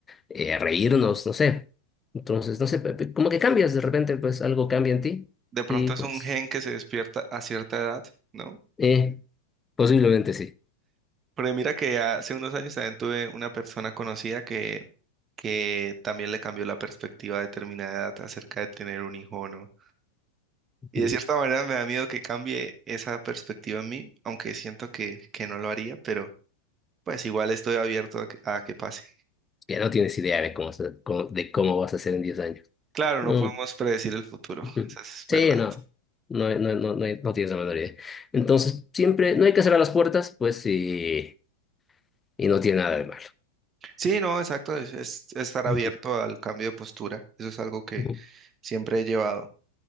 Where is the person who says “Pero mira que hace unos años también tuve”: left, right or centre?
Right